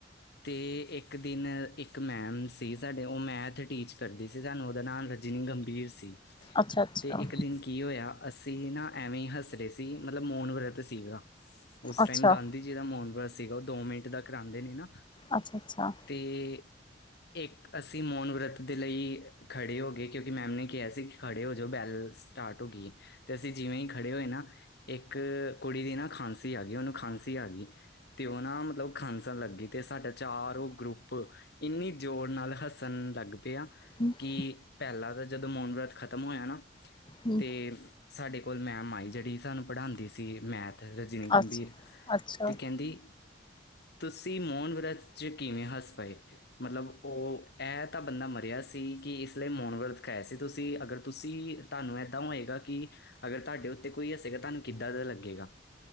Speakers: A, on the left (about 60°); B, on the left (about 25°).
A: ਅਤੇ ਇੱਕ ਦਿਨ ਇੱਕ ਮੈਮ ਸੀ ਸਾਡੇ ਉਹ ਮੈਥ ਟੀਚ ਕਰਦੀ ਸੀ ਸਾਨੂੰ ਉਹਦਾ ਨਾਮ ਰ ਰਜਨੀ ਗੰਭੀਰ ਸੀ ਅਤੇ
B: ਅੱਛਾ ਅੱਛਾ
A: ਇੱਕ ਦਿਨ ਕੀ ਹੋਇਆ ਅਸੀਂ ਨਾ ਐਵੇਂ ਹੱਸ ਰ ਸੀ ਮਤਲਬ ਮੋਨ ਵਰਤ ਸੀਗਾ, ਉਸ ਟਾਈਮ
B: ਅੱਛਾ
A: ਗਾਂਧੀ ਜਿਹਦਾ ਮੋਨ ਬਰਤ ਸੀਗਾ ਉਹ ਦੋ ਮਿੰਟ ਦਾ ਕਰਾਉਂਦੇ ਨੇ ਨਾ,
B: ਅੱਛਾ ਅੱਛਾ
A: ਤੇ ਇੱਕ ਅਸੀਂ ਮੋਨ ਵਰਤ ਦੇ, ਲਈ ਖੜ੍ਹੇ ਹੋ ਗਏ! ਕਿਉਂਕਿ ਮੈਮ ਨੇ ਕਿਹਾ ਸੀ! ਕਿ ਖੜ੍ਹੇ ਹੋ ਜਾ ਬੈਲ ਸਟਾਰਟ ਹੋ ਗਈ। ਤੇ ਅਸੀਂ ਜਿਵੇਂ ਹੀ ਖੜੇ ਹੋਏ ਨਾ, ਇੱਕ ਕੁੜੀ ਦੀ ਨਾ ਖਾਂਸੀ ਆ ਗਈ ਉਹਨੂੰ ਖਾਂਸੀ ਆ ਗਈ, ਤੇ ਉਹ ਨਾ ਮਤਲਬ ਖਾਂਸਣ ਲੱਗੀ ਤੇ ਸਾਡਾ ਚਾਰ ਉਹ ਗਰੁੱਪ, ਇੰਨੀ ਜ਼ੋਰ ਨਾਲ ਹੱਸਣ ਲੱਗ ਪਿਆ
B: ਹਮ
A: ਕਿ ਪਹਿਲਾਂ ਤਾਂ ਜਦੋਂ ਮੋਨ ਵਰਤ ਖਤਮ ਹੋਇਆ ਨਾ
B: ਹੂੰ
A: ਤੇ, ਸਾਡੇ ਕੋਲ ਮੈਂ ਮਾਈ ਜਿਹੜੀ ਸਾਨੂੰ ਪੜ੍ਹਾਉਂਦੀ ਸੀ ਮੈਥ- ਰਜਨੀ ਗੰਭੀਰ
B: ਅੱਛਾ ਅੱਛਾ
A: ਤੇ ਕਹਿੰਦੀ ਤੁਸੀਂ ਮੋਨ ਵਰਤ 'ਚ ਕਿਵੇਂ ਹੱਸ ਪਏ ਮਤਲਬ ਉਹ ਇਹ ਤਾਂ ਬੰਦਾ ਮਰਿਆ ਸੀ ਕਿ ਇਸ ਲਈ ਮੋਨਵਰਤ ਰਖਾਇਆ ਸੀ ਤੁਸੀਂ, ਅਗਰ ਤੁਸੀਂ ਤੁਹਾਨੂੰ ਇਏਦਾਂ ਹੋਏਗਾ ਕਿ ਅਗਰ ਤੁਹਾਡੇ ਉੱਤੇ ਕੋਈ ਹੱਸੇਗਾ ਤੁਹਾਨੂੰ ਕਿੱਦਾਂ ਦਾ ਲੱਗੇਗਾ